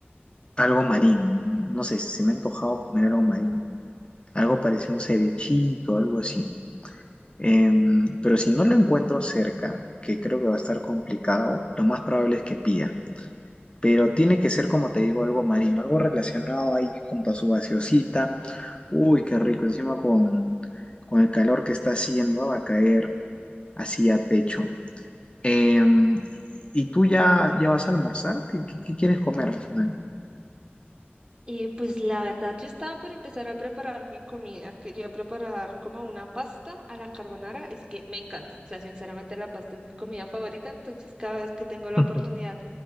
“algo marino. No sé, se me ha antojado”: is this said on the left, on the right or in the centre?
Left